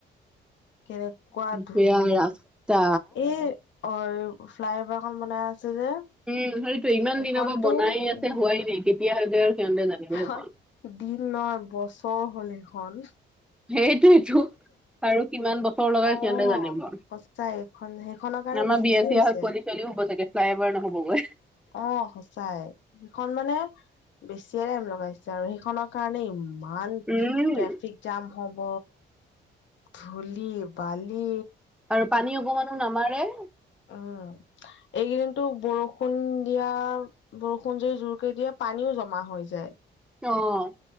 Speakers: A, on the left; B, in the centre.
A: কেনেকুৱা ধূলি!
B: বেয়া ৰাস্তা।
A: এই অৰ ফ্লাইঅভাৰখন বনাই আছে যে,
B: উম, সেইটোৱে, ইমান
A: এইখনতো
B: দিনৰ পৰা বনাই আছে,
A: উম
B: হোৱাই নাই। কেতিয়া হয় আৰু সিহঁতে জানিব
A: এখন
B: সেইখন।
A: দিন নহয়, বছৰ হ'ল এইখন।
B: সেইটোৱেইটো। আৰু কিমান বছৰ লগাই
A: অ
B: সিহঁতে জানিব আৰু।
A: সঁচাই এইখন সেইখনৰ কাৰণে
B: আমাৰ
A: বেছি
B: বিয়া
A: হৈছে
B: চিয়া হৈ পোৱালি ছোৱালী ও হ'ব চাগে, ফ্লাইঅভাৰ নহ'বগৈ।
A: অ', সঁচাই। সেইখন মানে বেছিয়ে টাইম লগাইছে আৰু সেইখনৰ কাৰণেই ইমান ট্ৰেফিক
B: উম
A: জাম হব ধূলি-বালি।
B: আৰু পানী অকমানো নামাৰে।
A: উম উম উ উ উহা এই কেইদিনত বৰষুণ দিয়াৰ বৰষুণ যদি জোৰ কৰি দিয়ে পানীও জমা হৈ যায়।
B: এ অ অ অ অ।